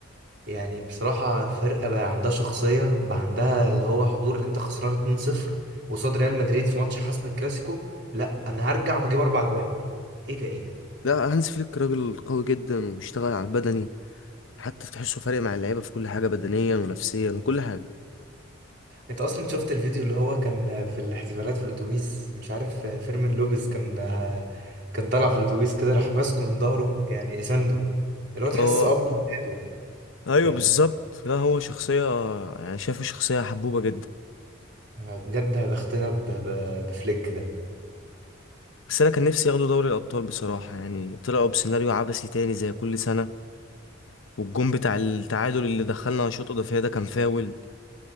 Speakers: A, on the right (about 60°); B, on the left (about 75°).
A: يعني بصراحة فرقة بقى عندها شخصية بقى عندها اللي هو حضور اللي انت خسران 2-0 وصاد ريال مدريد في ماتش حسم الكلاسيكو لا انا هرجع وهجيب اربع جوان ايه ده ايه ده
B: لا هانز فليك راجل قوي جدا وبيشتغل على البدني حتى تحسه فارق مع اللعيبه في كل حاجه بدنيا ونفسيا وكل حاجه
A: انت اصلا شفت الفيديو اللي هو كان في الاحتفالات في الاتوبيس مش عارف فيرمين لوبيز كان كان طالع في الاتوبيس كده راح ماسكه من ظهره يعني سنده اللي هو تحس
B: اه
A: اب وجداده
B: ايوه
A: ف-
B: بالظبط لا هو شخصية يعني شايفه شخصية حبوبة جدا
A: بجد بختنا ب... ب... بفليك ده
B: بس انا كان نفسي ياخدوا دوري الابطال بصراحة يعني طلعوا بسيناريو عبثي تاني زي كل سنة والجون بتاع التعادل اللي دخلنا على شوط اضافية ده كان فاول